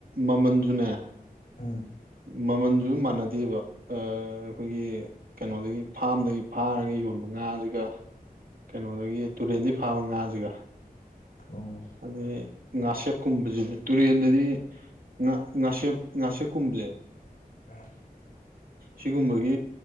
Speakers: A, on the right; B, on the left.
A: ꯃꯃꯜ <unintelligible>
B: ꯎꯝ
A: ꯃꯥꯃꯟꯖꯨ ꯑꯗꯨ ꯃꯥꯟꯅꯗꯦꯕ ꯑꯥ ꯑꯩꯈꯣꯏꯒꯤ ꯀꯩꯅꯣꯗꯒꯤ ꯐꯥꯝꯗꯒꯤ ꯐꯥꯔꯒ ꯌꯣꯟꯕ ꯉꯥꯁꯤꯒ ꯀꯩꯅꯣꯗꯒꯤ ꯇꯨꯔꯦꯟꯗꯒꯤ ꯐꯥꯕ ꯉꯥꯁꯤꯒ
B: ꯑꯣ
A: ꯑꯗꯒꯤ ꯉꯥꯁꯦꯞꯀꯨꯝꯕꯕꯁꯤꯅꯦ ꯇꯨꯔꯦꯟꯗꯗꯤ ꯉꯥ ꯉꯥꯁꯦꯞ ꯉꯥꯁꯦꯞꯀꯨꯝꯕꯁꯦ
B: ꯑꯥ
A: ꯁꯤꯒꯨꯝꯕꯒꯤ